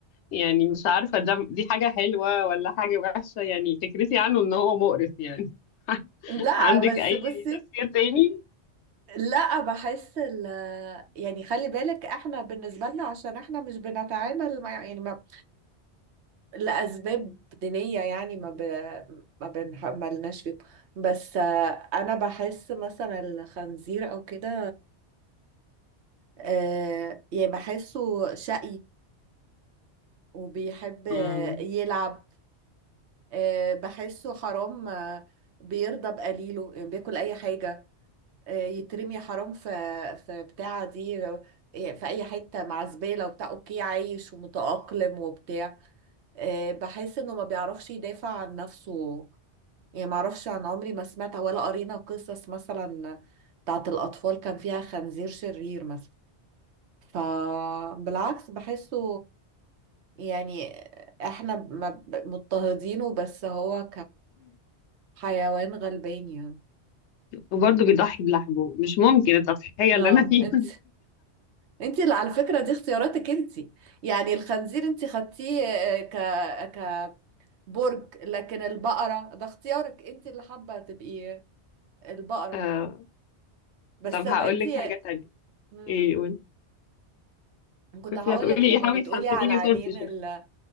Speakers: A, on the left; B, on the right.
A: يعني مش عارفة ده دي حاجة حلوة ولا حاجة وحشة يعني فكرتي عنه ان هو مقرف يعني <laughs>
B: لا
A: عندك
B: بس
A: اي
B: بصي
A: تفسير تاني؟
B: لا بحس ال يعني خلي بالك احنا بالنسبة لنا عشان احنا مش بنتعامل مع يعني ما لأسباب دينية يعني ما ب... ما بنح... ما لناش فيهم بس آه، انا بحس مثلا الخنزير او كده آه يعني بحسه شقي وبيحب آه،
A: امم
B: يلعب آه بحسه حرام آه، بيرضى بقليله يعني بياكل اي حاجة آه يترمي حرام في في بتاعة دي يعني في اي حتة مع زبالة وبتاع اوكي عايش ومتأقلم وبتاع آه بحس انه ما بيعرفش يدافع عن نفسه يعني ما اعرفش عن عمري ما سمعت ولا قرينا قصص مثلا بتاعت الاطفال كان فيها خنزير شرير مثلا فبالعكس بحسه يعني احنا ما ب- مضطهدينه بس هو كحيوان غلبان يعني
A: وبرضه بيضحي بلحمه مش ممكن التضحية اللي
B: اه
A: انا فيها
B: انت انت اللي على فكرة دي اختياراتك انت يعني الخنزير انت خدتيه آه، ك كبرج لكن البقرة ده اختيارك انت اللي حابة تبقي البقرة
A: آه.
B: بس
A: طب
B: ب-
A: هقول
B: انت
A: لك حاجة تانية
B: مم.
A: ايه قول
B: كنت
A: كنت
B: هقولك
A: هتقولي
B: لما
A: ايه حاولي
B: بتقولي
A: تحسني
B: على
A: لي
B: عينين
A: صورتي شوية
B: ال...